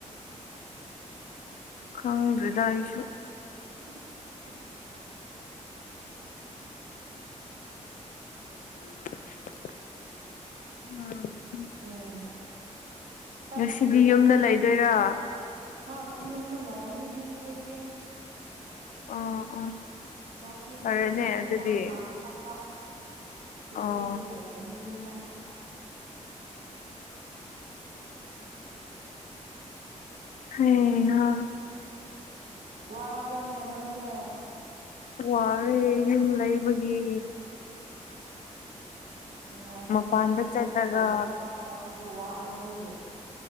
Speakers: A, on the left (about 85°); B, on the right (about 80°).
A: ꯈꯪꯗꯔꯤꯗꯥ ꯑꯩꯁꯨ
B: ꯍꯍꯍꯍ
A: ꯑꯟꯑꯣꯗꯤꯕꯜ ꯍꯥꯑ
B: ꯎꯝ ꯆꯠꯄꯤꯌꯨ
A: ꯉꯁꯤꯗꯤ ꯌꯨꯝꯗ ꯂꯩꯗꯣꯏꯔꯣ
B: ꯍꯣꯏ ꯌꯨꯝꯗ ꯂꯥꯏꯔꯅꯤ ꯕꯤꯁ ꯋꯤꯛꯇꯤ
A: ꯑꯣ ꯑꯣ
B: ꯂꯥꯁ ꯋꯤꯛꯗꯤ
A: ꯐꯔꯦꯅꯦ
B: ꯃꯤꯒꯤ ꯑꯦꯛꯖꯥꯝ
A: ꯑꯗꯨꯗꯤ
B: ꯊꯥꯕ ꯆꯠꯄ ꯗꯤꯁ
A: ꯑꯣ
B: ꯋꯤꯛꯇꯤ ꯂꯩꯒꯅꯤ ꯌꯨꯝꯗ ꯑꯟꯏꯟꯇꯦꯜꯂꯤꯖꯦꯕꯜ
A: ꯍꯩꯍꯥ
B: ꯋꯥꯕ꯭ꯔꯥꯅꯦ ꯅꯣꯏꯁꯦ
A: ꯋꯥꯔꯦ ꯌꯨꯝ ꯂꯩꯕꯒꯤ
B: ꯅꯨꯡꯉꯥꯏꯕꯅꯦ
A: ꯃꯄꯥꯟꯗ
B: ꯐ꯭ꯔꯤꯗ
A: ꯆꯠꯂꯒ
B: ꯂꯥꯏꯕꯇꯣ ꯊꯕꯛ ꯇꯧꯕꯗꯣ ꯋꯥꯏꯌꯦ ꯑꯗꯨꯒꯤ